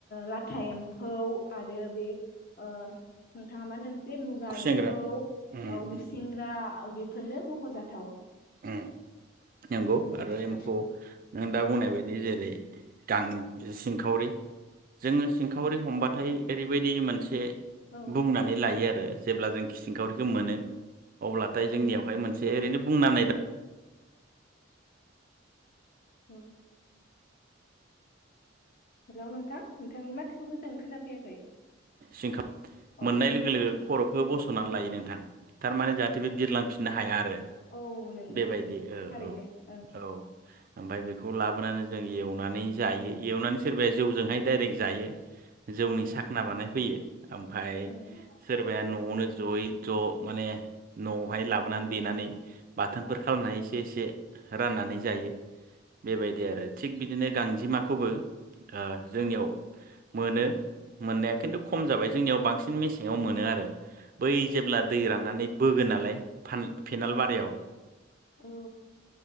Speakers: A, on the left; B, on the right.
A: लाथा एम्फौ आरो बे नोंथाङा मा होनदोंमोन? जे मुगा
B: खुसेंग्रा
A: एम्फौ
B: उम
A: गुसिंग्रा
B: उम
A: बेफोरनो मख'जाथाव।
B: उम नंगौ
A: ओं
B: आरो
A: नोंथां
B: एम्फौ नों दा बुंनाय बायदि जेरै गां सिंखावरि जोङो सिंखावरि हमबाथाय ओरैबायदि मोनसे
A: औ
B: बुंनानै लायो आरो। जेब्ला जों खिसिंखावरिखौ मोनो। अब्लाथाय
A: औ
B: जोंनियावहाय मोनसे ओरैनो बुंनानै
A: औ हेलौ नोंथां नोंथांनि माथोखौ मोजाङै खोनाफैयाखै?
B: सिंखाव
A: औ
B: मोननाय
A: औ खोनाबाय
B: लोगो लोगो
A: नोंथां
B: खर'खौ बस'नानै
A: औ
B: लायो नोंथां। थारमाने जाहाथे बे बिरलांफिननो हाया आरो।
A: औ नंगौ
B: बेबायदि
A: नंगौ
B: ओ
A: थारैनो
B: औ
A: ओं
B: औ। ओमफ्राय बे खौ लाबोनानै जों एवना नै एवनानै सोरबाया जौ जोंहाय डाइरेक जायो। जौनि
A: उम
B: साखना बानाय यो ओमफाय
A: ओं
B: सोरबाया नआवनो जयै ज माने नआवहाय लाबोनानै देनानै बाथोनफोर खालामनानै एसे एसे राननानै। जायो बेबायदि आरो। थिग बिदिनो गांजेमाखौबो आ जोंनियाव मोनो। मोननाया खिन्थु खम जाबाय जोंनियाव बांसिन मेसेङाव मोनो आरो बै जेब्ला
A: उम
B: दै राननानै बोगोन नालाय फान फेनालबारियाव।
A: औ